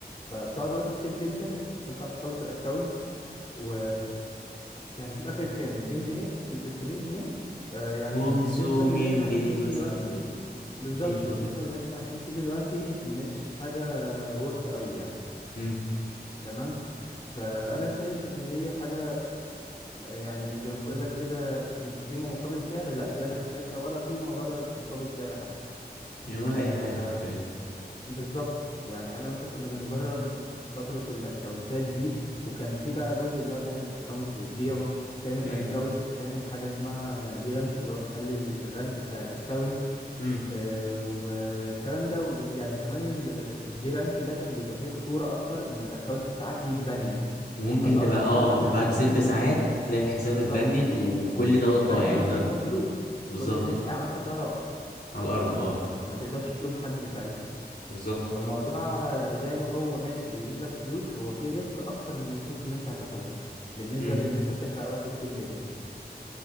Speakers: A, on the left; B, on the left.
A: فبتقعد وقت كتير جدا عشان تعرف تخلص الاكونت و يعني في الاخر كام 200 جنيه 300 جنيه آه،
B: 500
A: يعني بالنسبه للي احنا
B: جنيه
A: عايشين فيه
B: مثلا
A: دلوقتي
B: يعني
A: بالظبط
B: مفيش برضه
A: بالنسبه للي احنا عايشين فيه دلوقتي مش حاجه ورث قوي يعني
B: امم
A: تمام فانا شايف ان هي حاجه يعني زي ما بقول لك كده قيمه مقابل سعر لا دي انا مش شايفها ولا قيمه ولا مقابل سعر حتى
B: يعني ولا
A: آه،
B: اي حاجه
A: ف
B: حرفيا
A: بالظبط يعني انا وانت كنا بنجرب فترة الاكونتات دي وكان في بقى جزء اللي هو تعمل اكونت وتبيعه تعمل
B: امم
A: اكونت وتعمل حاجة اسمها دي رانك اللي هو تقلل الرانك بتاع الاكونت
B: امم
A: آه والكلام ده وب- يعني كمان الدي رانك ده كان بيبقى فيه خطورة اكتر ان الاكونت بتاعك يتبند
B: وممكن
A: فاللي
B: تبقى
A: هو حرفيا
B: اه
A: لو
B: انت
A: اتبند
B: بعد ست ساعات تلاقي حساب
A: بالظبط
B: اتبند وكل دوت
A: وساعتها
B: ضايع يعني
A: مش
B: انت
A: هتاخد فلوس
B: بالظبط
A: كل اللي انت عملته ده راح
B: على الارض
A: ما
B: اه
A: حد ما تقدرش تلوم حد ساعتها
B: بالظبط
A: فالموضوع زي ما هو ماشي بيجيب لك فلوس هو فيه ريسك اكتر من الفلوس اللي انت هتاخدها بالنسبة
B: امم
A: لان انت بتحرق وقت كتير جدا